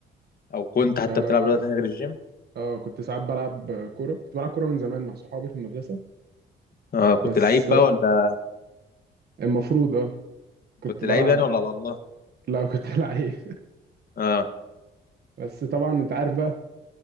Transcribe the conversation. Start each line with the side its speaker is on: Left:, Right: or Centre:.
Left: او كنت حتى
Right: اه
Left: بتلعب رياضه تانية غير الجيم
Right: اه كنت ساعات بلعب كوره كنت بلعب كوره من زمان مع صحابي في المدرسه
Left: اه كنت
Right: بس
Left: لعيب بقى ولا
Right: المفروض اه كنت
Left: كنت
Right: بلعب
Left: لعيب يعني ولا على الله
Right: لا كنت <laughs> لعيب
Left: اه
Right: بس طبعا انت عارف بقى